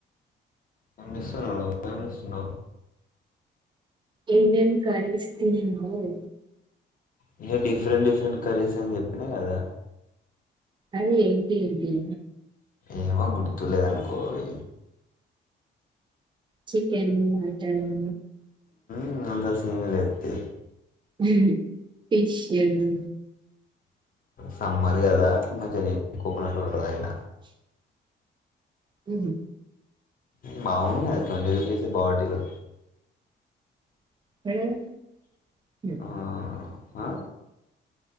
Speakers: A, on the left; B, on the right.
A: పంపిస్తున్నావా పంపిస్తున్న
B: ఏమేం కర్రీస్ తిన్నవ్
A: ఇంక డిఫ్రెంట్ డిఫ్రెంట్ కర్రీస్ అని చెప్పినా కదా
B: అదే ఏంటి ఏంటియీ
A: ఏమో గుర్తులేదనుకో అవి
B: చికెన్, మటన్
A: మ్ అంత సీన్ లేద్ తి
B: హు పీచ్ లేదు
A: సమ్మర్ కదా మంచిగా నీట్ కోకనట్ వాటర్ తాగిన
B: హ్ హ్
A: మ్ బావుండ్ ట్వంటి రుపీసే బటీలు
B: <inaudible>
A: ఆ ఆ